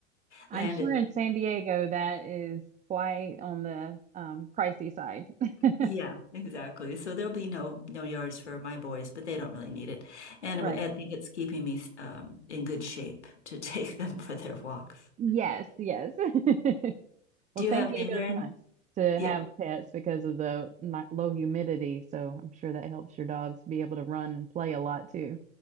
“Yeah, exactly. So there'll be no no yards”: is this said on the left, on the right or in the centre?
Left